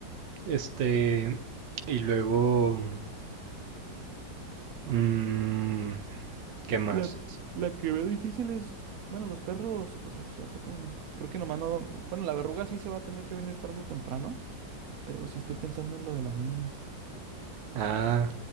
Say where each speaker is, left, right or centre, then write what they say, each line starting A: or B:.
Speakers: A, on the right (about 75°); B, on the right (about 60°).
A: este, y luego, mm, ¿qué más?
B: La, la que veo difícil es, bueno, los perros, pues esos ya se pueden venir. Creo que nomás no, bueno, la verruga sí se va a tener que venir tarde o temprano, pero sí estoy pensando en lo de la mimis.
A: Ah,